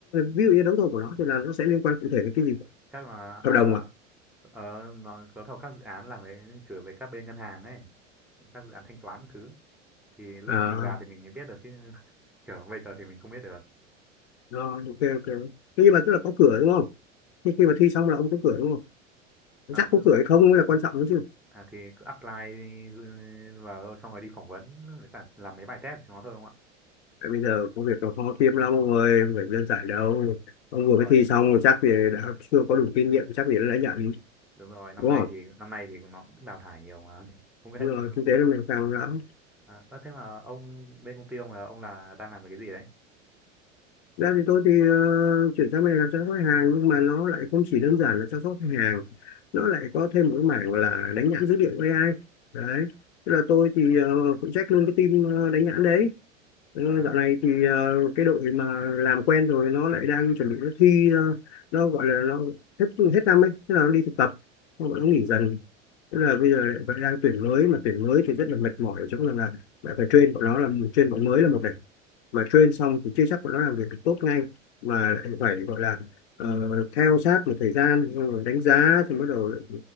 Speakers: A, on the left (about 60°); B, in the centre.
A: ví dụ như đấu thầu của nó thì là nó sẽ liên quan cụ thể đến cái gì
B: chắc là
A: hợp
B: à,
A: đồng à
B: ờ, nó đấu thầu các dự án làm với chửi với các bên ngân hàng ấy, các dự án thanh toán các thứ. Thì lúc
A: à
B: mình vào thì mình mới biết được chứ <laughs> kiểu bây giờ thì mình không biết được.
A: Rồi, ok ok. Thế nhưng mà tức là có cửa đúng không? Nhưng khi mà thi xong là ông có cửa đúng không?
B: À,
A: Chắc có cửa hay không mới là quan trọng đấy chứ.
B: À thì cứ apply ừ, vào thôi xong rồi đi phỏng vấn với cả làm mấy bài test cho nó thôi đúng không ạ?
A: Tại bây giờ công việc nó khó kiếm lắm ông ơi, không phải đơn giản đâu. Ông
B: Đúng
A: vừa
B: rồi,
A: mới thi xong rồi chắc thì đã chưa có đủ kinh nghiệm, chắc gì đã nhận,
B: đúng rồi, năm
A: đúng
B: nay
A: không?
B: thì năm nay thì nó cũng đào thải nhiều mà. <laughs> Không biết
A: Đúng rồi,
B: xem-
A: kinh tế là mình càng lắm.
B: à, ơ, thế mà ông bên công ty ông là ông là đang làm về cái gì đấy?
A: Ra thì tôi thì ờ, chuyển sang bên này làm chăm sóc khách hàng nhưng mà nó lại không chỉ đơn giản là chăm sóc khách hàng. Nó lại có thêm một cái mảng là đánh nhãn dữ liệu AI. Đấy. Tức là tôi thì ờ, phụ trách luôn cái team ờ, đánh nhãn đấy Ừ,
B: À
A: Dạo này thì ờ, cái đội mà làm quen rồi nó lại đang chuẩn bị nó thi ờ, nó gọi là nó hết hết năm ấy, thế là nó đi thực tập, nó bọn nó nghỉ dần. Thế là bây giờ lại phải đang tuyển mới mà tuyển mới thì rất là mệt mỏi ở chỗ rằng là lại phải train bọn nó làm train bọn mới là một này, mà train xong thì chưa chắc bọn nó làm việc được tốt ngay mà lại phải gọi là ờ, theo sát một thời gian xong rồi đánh giá xong bắt đầu lại-